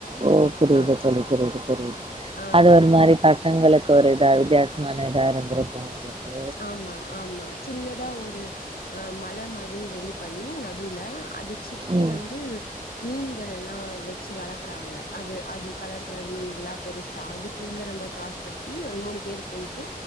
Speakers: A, on the right (about 35°); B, on the left (about 75°).
A: ஓ புரியிது
B: ஆமா
A: தோழி புரியிது புரியிது
B: ஆ
A: அது ஒரு மாரி பச் சங்களுக்கு ஒரு இதா வித்தியாசமான இதா இருந்துருக்கு உங்ளுக்கு
B: ஆமா ஆமா சின்னதா ஒரு அ மல மாதிரி ரெடி பண்ணி நடுவுல அது சுத்தி
A: ம்
B: வந்து மீன்கலெல்லா வெச்சு வளக்றாங்க அது அது கலரு கலரு மீன்களாப் பெருசா அதுக்கு உள்ள நம்ப காச் கட்டி ஒரு மூனு பேரு போயிட் ட்டு